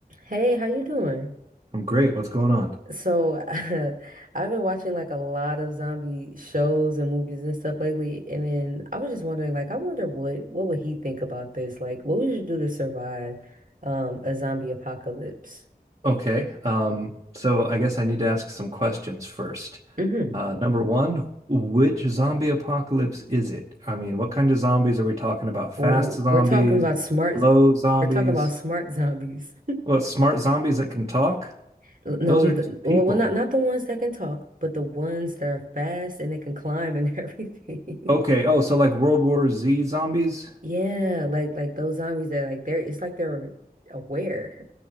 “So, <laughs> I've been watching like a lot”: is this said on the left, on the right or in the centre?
Right